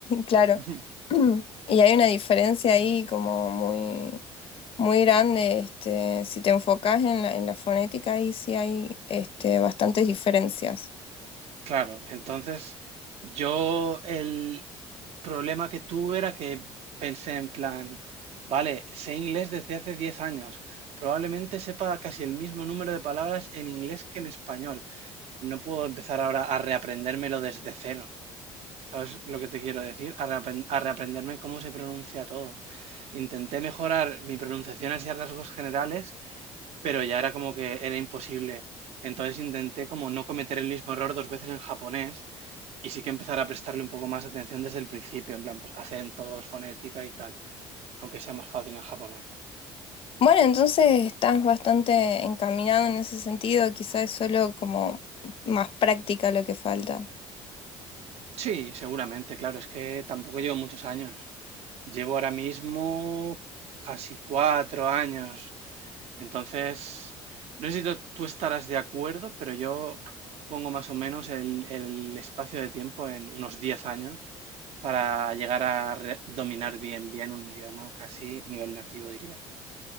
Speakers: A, on the left; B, on the right.
A: <laughs> claro.
B: <laughs>
A: <clears throat> Y hay una diferencia ahí como muy, muy grande. Este, si te enfocas en la, en la fonética, ahí sí hay este, bastantes diferencias.
B: Claro, entonces yo el problema que tuve era que pensé en plan, vale, sé inglés desde hace 10 años, probablemente sepa casi el mismo número de palabras en inglés que en español. No puedo empezar ahora a reaprendérmelo desde cero. ¿Sabes lo que te quiero decir? A reapren- a reaprenderme cómo se pronuncia todo. Intenté mejorar mi pronunciación hacia rasgos generales, pero ya era como que era imposible. Entonces intenté como no cometer el mismo error dos veces en japonés y sí que empezar a prestarle un poco más atención desde el principio, en plan, pues acentos, fonética y tal, aunque sea más fácil en japonés.
A: Bueno, entonces estás bastante encaminado en ese sentido, quizás es solo como más práctica lo que falta.
B: Sí, seguramente, claro, es que tampoco llevo muchos años. Llevo ahora mismo casi cuatro años. Entonces, no sé si tú tú estarás de acuerdo, pero yo pongo más o menos el, el espacio de tiempo en unos 10 años para llegar a re- dominar bien, bien un idioma, casi nivel nativo, diría.